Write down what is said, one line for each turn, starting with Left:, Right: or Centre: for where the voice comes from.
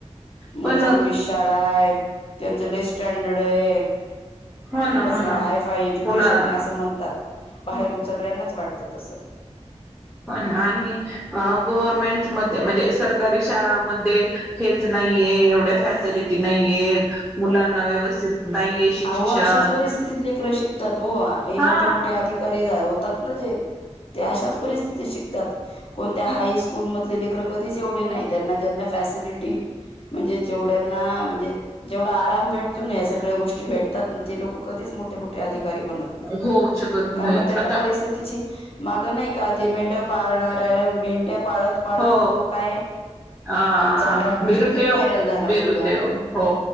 Left: म
Centre: पण
Left: चांगलीच शाळा आहे त्यांच लई स्टँडर्ड आहे
Centre: हो ना
Left: खूपच
Centre: हो
Left: हाय
Centre: ना
Left: फाय एज्युकेशन
Centre: पुन्हा
Left: आहे असं म्हणतात बाहेरून सगळ्यांनाच वाटतं तसं.
Centre: <unintelligible> आणि गव्हर्मेंट मधे म्हणजे सरकारी शाळामध्ये हेच नाहीये, एवढ्या फॅसलिटी नाहीयेत, मुलांना व्यवस्थित नाहीये शिक्षण
Left: अहो अशाच परिस्थितीत लेकर शिकतात हो, हे
Centre: हा
Left: मोठे मोठे अधिकारी जा होत तात ना जे ते अशाच परिस्थितीत शिकतात, कोणत्या हाय स्कूल मधली लेकरं कधीच एवढ नाही त्यांना ज्यांना फॅसिलिटी म्हणजे जेवढ्याना म्हणजे जेवढा आराम भेटतो ना या सग सगळ्या गोष्टी भेटतात ना ते लोक कधीच मोठे मोठे ते अधिकारी बनत नाही,
Centre: होऊ शकत नाही
Left: कारण त्यांना
Centre: आता
Left: परिस्थितीची माग नाही का, ते मेंढ पाळणाऱ्या मेंढ्या पाळत पाळत
Centre: हो
Left: तो काय
Centre: अ
Left: झाला तो
Centre: बिरुदेव-बिरुदेव
Left: किती व्हायरल झाला मुलगा
Centre: हो